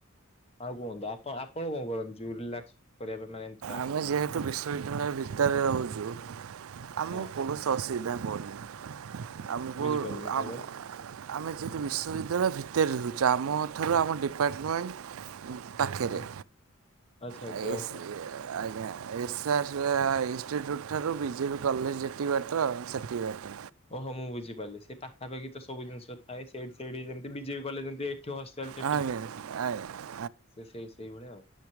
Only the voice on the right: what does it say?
ଆମେ ଯେହେତୁ ବିଶ୍ୱବିଦ୍ୟାଳୟ ଭିତରେ ରହୁଛୁ ଆମକୁ
କୌଣସି ଅସୁବିଧା ହନି ଆମକୁ
ଆ
ଆମେ
ଯେହେତୁ ବିଶ୍ୱବିଦ୍ୟାଳୟ ଭିତରେ ରହୁଛୁ ଆମ ଠାରୁ ଆମ ଡିପାର୍ଟମେଣ୍ଟ ପାଖେରେ।
ୟେସ।
ଆଜ୍ଞା ଏସ୍ ଆର୍ଚ ଇନଷ୍ଟିଚ୍ୟୁଟ୍ ଠାରୁ ବିଜେପି କଲେଜ ଯେତିିକି ବାଟ ସେତିିକି ବାଟ।
<unintelligible>